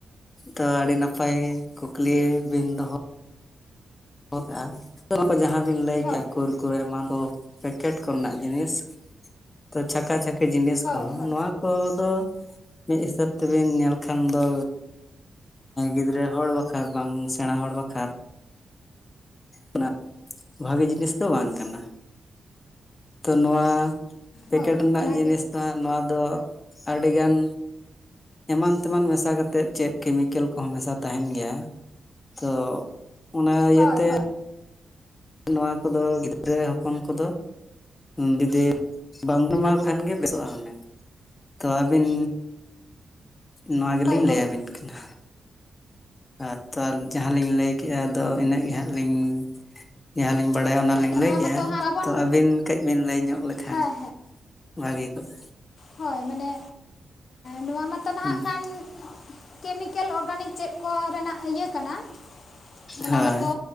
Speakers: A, on the left; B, on the left.
A: ᱛᱚ ᱟᱹᱰᱤ ᱱᱟᱯᱟᱭ ᱠᱩᱠᱞᱤ ᱵᱤᱱ ᱫᱚᱦᱚ ᱠᱟᱜᱼᱟ ᱛᱚ ᱚᱱᱟ ᱠᱚ ᱡᱟᱦᱟᱸ ᱵᱤᱱ ᱞᱟᱹᱭ
B: ᱦᱳᱭ
A: ᱠᱮᱜᱭᱟ ᱠᱩᱨ
B: ᱦᱳᱭ
A: ᱠᱩᱨ ᱮᱢᱟᱱ ᱠᱚ ᱯᱮᱠᱮᱴ ᱠᱚᱨᱮᱱᱟᱜ ᱡᱤᱱᱤᱥ, ᱛᱚ ᱪᱷᱟᱠᱟ ᱪᱷᱟᱠᱤ ᱡᱤᱱᱤᱥ
B: ᱦᱳᱭ
A: ᱠᱚᱦᱚᱸ
B: ᱦᱳᱭ
A: ᱱᱚᱣᱟ ᱠᱚᱫᱚ ᱢᱤᱫ ᱦᱤᱥᱟᱹᱵᱽ ᱛᱮᱵᱤᱱ ᱧᱮᱞ ᱠᱷᱟᱱ ᱫᱚ ᱜᱤᱫᱽᱨᱟᱹ ᱦᱚᱲ ᱵᱟᱠᱷᱨᱟ ᱵᱟᱝ ᱥᱮᱬᱟ ᱦᱚᱲ ᱵᱟᱠᱷᱨ ᱚᱱᱟ ᱵᱷᱟᱜᱤ ᱡᱤᱱᱤᱥ ᱫᱚ ᱵᱟᱝ ᱠᱟᱱᱟ᱾ ᱛᱚ ᱱᱚᱣᱟ ᱯᱮᱠᱮᱴ
B: ᱦᱳᱭ
A: ᱨᱮᱱᱟᱜ
B: ᱚᱱᱟᱜᱮ
A: ᱡᱤᱱᱤᱥ ᱱᱚᱣᱟ ᱱᱚᱣᱟ ᱫᱚ ᱟᱹᱰᱤ ᱜᱟᱱ ᱮᱢᱟᱱ ᱛᱮᱢᱟᱱ ᱢᱮᱥᱟ ᱠᱟᱛᱮᱫ ᱪᱮᱫ ᱠᱮᱢᱤᱠᱮᱞ ᱠᱚᱦᱚᱸ ᱢᱮᱥᱟ ᱛᱟᱦᱮᱱ ᱜᱮᱭᱟ ᱛᱚ ᱚᱱᱟ ᱤᱭᱟᱹᱛᱮ
B: ᱦᱳᱭ ᱦᱳᱭ
A: ᱱᱚᱣᱟ ᱠᱚᱫᱚ ᱜᱤᱫᱽᱨᱟᱹ ᱦᱚᱯᱚᱱ ᱠᱚᱫᱚ ᱡᱩᱫᱤ ᱵᱟᱝᱵᱤᱱ ᱮᱢᱟ ᱠᱚ ᱠᱷᱟᱱ ᱜᱮ ᱵᱮᱥᱚᱜᱼᱟ ᱦᱩᱱᱟᱹᱝ ᱛᱚ ᱟᱹᱵᱤᱱ ᱱᱚᱣᱟ ᱜᱮᱞᱤᱧ
B: ᱦᱳᱭ
A: ᱞᱟᱹᱭᱟᱵᱤᱱ
B: ᱦᱳᱭ
A: ᱠᱟᱱᱟ᱾ ᱟᱨ ᱛᱚ ᱡᱟᱦᱟᱸᱞᱤᱧ ᱞᱟᱹᱭ ᱠᱮᱜᱼᱟ ᱟᱫᱚ ᱤᱱᱟᱹᱜ ᱜᱮ ᱦᱟᱸᱜ ᱞᱤᱧ ᱡᱟᱦᱟᱸᱞᱤᱧ ᱵᱟᱰ ᱦᱮ ᱚᱱᱟᱞᱤᱧ
B: ᱦᱮᱸ ᱱᱚᱣᱟ
A: ᱞᱟᱹᱭ ᱠᱮᱜᱼᱟ,
B: ᱢᱟᱛᱚ ᱦᱟᱸᱜ ᱵᱟᱵᱚᱱ
A: ᱛᱚ ᱟᱹᱵᱤᱱ ᱠᱟᱹᱡ ᱵᱤᱱ ᱞᱟᱹᱭ ᱧᱚᱜ ᱞᱮᱠᱷᱟᱱ
B: ᱦᱮᱸ
A: ᱵᱷᱟᱹᱜᱤ ᱠᱚᱜᱼᱟ᱾
B: ᱦᱚᱭ ᱢᱟᱱᱮ ᱱᱚᱣᱟ ᱢᱟᱛᱚ ᱱᱟᱦᱟᱜ
A: ᱦᱩᱸ
B: ᱠᱷᱟᱱ ᱠᱮᱢᱤᱠᱮᱞ ᱚᱨᱜᱟᱱᱤᱠ ᱪᱮᱫ ᱠᱚᱨᱮᱱᱟᱜ ᱤᱭᱟᱹ ᱠᱟᱱᱟ, ᱚᱱᱟ
A: ᱦᱳᱭ
B: ᱢᱟᱛᱚ